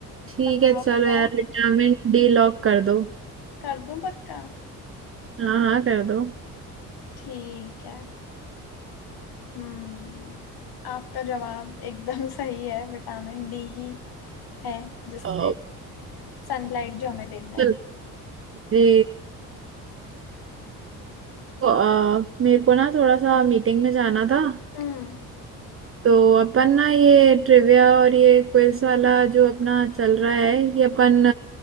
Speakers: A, on the right; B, on the left.
A: ठीक
B: बताओ
A: है चलो
B: बताओ
A: यार विटामिन डी लॉक कर दो
B: कर दूं पक्का
A: हाँ हाँ कर दो
B: ठीक है हम्म आपका जवाब एकदम सही है विटामिन डी ही है जिससे
A: अ,
B: सनलाइट जो हमें देता है
A: चल जी तो, अ, मेरे को ना थोड़ा सा मीटिंग में जाना था
B: हम्म
A: तो अपन ना ये ट्रिविया और ये क्विज वाला जो अपना चल रहा है ये अपन